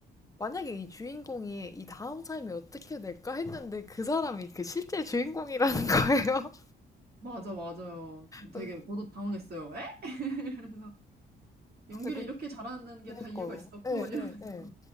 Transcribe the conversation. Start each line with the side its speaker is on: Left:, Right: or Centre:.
Left: 만약에 이 주인공이 이 다음 삶이 어떻게 될까 했는데 그 사람이 그 실제 주인공이라는 <laughs> 거예요.
Right: 맞아, 맞아요. 좀 되게,
Left: 근데
Right: 저도 당황했어요. 에? <laughs> 그래서 연기를
Left: 그
Right: 이렇게 잘하는 게
Left: 그니까요.
Right: 다 이유가 있었고
Left: 예,
Right: 이런
Left: 예,
Right: <laughs>
Left: 예.